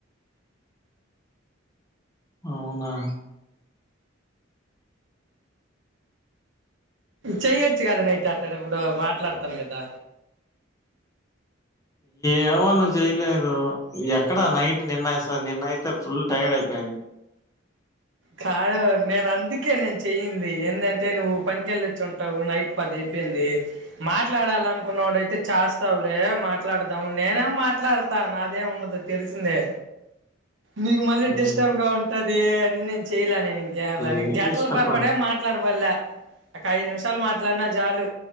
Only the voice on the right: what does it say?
చెయ్యొచ్చు కదా నైట్ అట్ట ఇప్పుడు మాట్లాడతాను కదా
కాడ నేను అందుకే నేను చెయయింది ఏంటంటే నువ్వు పనికిెళ్ళొచ్చు ఉంటావు నైట్ పది చెప్పంది మాట్లాడాలనుకున్నాడుయితే చేస్తావులే మాట్లాడదాం నేనే మాట్లాడుత నాదేం ఉండదు తెలిసిందే
నీకు మళ్ళీ
డిస్టర్బ్ గా ఉంటది అని నేను చెయలే నేను ఇంకే
గంటల
పరబడే మాట్లాడ వల్ల ఒక ఐదు నిమిషాలు మాట్లాడిన జాలు